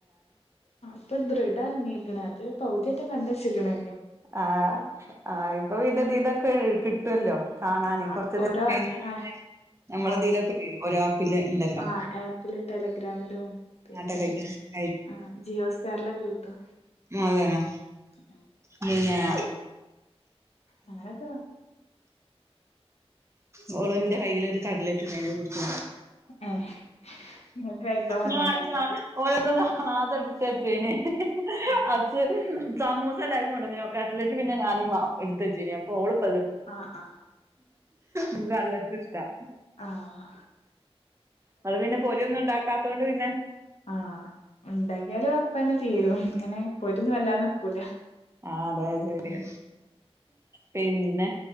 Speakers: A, on the left; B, on the right.
A: ആ ഇപ്പൊ ദ്രഡമം ഇറങ്ങിരിക്കണേ അത് പകുതിയറ്റം കണ്ട് വെച്ചിരിക്കണേ
B: ആ ആ ഇപ്പൊ പിന്നെ ഇതീന്ന് ഒക്കെ കിട്ടുമല്ലോ കാണാനെ
A: ആ
B: കൊറച്ച
A: ഓരോ
B: ദിവസം കഴിഞ്ഞാല്
A: ആ
B: പിന്നെ നമ്മളതിലൊക്കെ
A: ആ
B: വരും ഒരാ ആപ്പില് ഇണ്ടല്ലോ
A: ആ ആപ്പില് ടെലഗ്രാമിലും പിന്നെ
B: <unintelligible>
A: ആ ജിയോ ഹോസ്റ്ററിലൊക്കെ കിട്ടും
B: അത് തന്നെ
A: ഉം
B: പിന്നെയാ
A: അങ്ങനൊക്കെ-
B: മോളുന്റെ കൈലൊരു ഒരു കട്ലറ്റ് ഉണ്ട് അതിനെ കുറിച്ചാ
A: ഏ ഇങ്ങക്ക് കഴിക്കാൻ കൊണ്ടന്നേക്കാരല്ലേ
B: ഞാൻ അരുത <unintelligible> ഓന്ന ആ അതടുത്ത <unintelligible> ച്ചേന
A: ആ
B: അച് സമൂസ എല്ലാർക്കും കൊണ്ടുവന്നെ കട്ലെറ്റ് പിന്നെ ഞാനും എടുത്തവച്ചേനെ അപ്പ ഓളും -
A: ആ ഹ് ആഹ്
B: ഇവിടെ എല്ലാർക്കും ഇഷ്ടവാ
A: ആഹ്
B: നമ്മള് പിന്നെ പൊരിയൊന്നും ഉണ്ടാക്കാത്തോണ്ട് പിന്നെ-
A: ആ ഉണ്ടാക്കിയാലും അപ്പ തന്നെ തീരും ഇങ്ങനെ പോരി ഒന്നും വല്ലാതെ നിക്കൂല
B: ആ അതെ ശരിയ
A: ആ
B: പിന്നെ